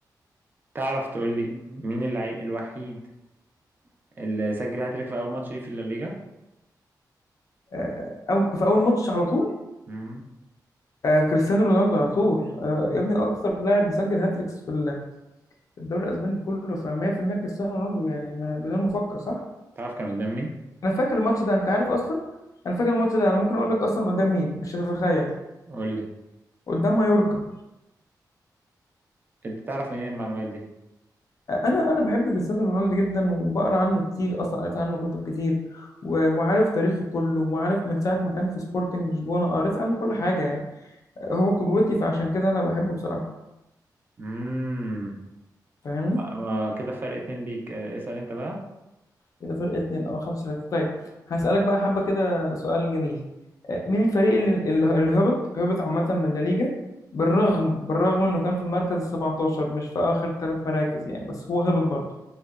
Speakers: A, on the right; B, on the left.
A: تعرف تقول لي مين اللعيب الوحيد اللي سجل هاتريك في أول ماتش ليه في الليجا
B: آه، أو في اول ماتش على طول
A: مهم.
B: آه، كريستيانو رونالدو على طول آه، يا ابني اكتر لاعب مسجل هاتريكس في ال- في الدوري الاسباني كله ف 100% كريستيانو رونالدو يعني ما- بدون ما افكر صح
A: تعرف كان قدام مين
B: انا فاكر الماتش ده انت عارف اصلا انا فاكر الماتش ده انا ممكن اقول لك اصلا قدام مين مش هتتخيل
A: قول لي
B: قدام مايوركا
A: انت تعرف منين المعلومات دي
B: انا انا بحب كريستيانو رونالدو جدا وبقرا عنه كتير اصلا قريت عنه كتب كتير و- وعارف تاريخه كله وعارف من ساعه ما كان في سبورتنج لشبونه قريت عنه كل حاجه يعني هو قدوتي فعشان كده انا بحبه بصراحه
A: امم
B: فاهمني
A: آه، آه، كده فرق اتنين ليك آه، اسأل انت بقى
B: كده فرق اتنين او خمسة ثلاثة طيب هسألك بقى حبة كده سؤال جميل آه، مين الفريق اللي اللي اللي هبط هبط عامة من لا ليجا بالرغم بالرغم انه كان في المركز ال 17 مش في اخر ثلاث مراكز يعني بس هو هبط برضه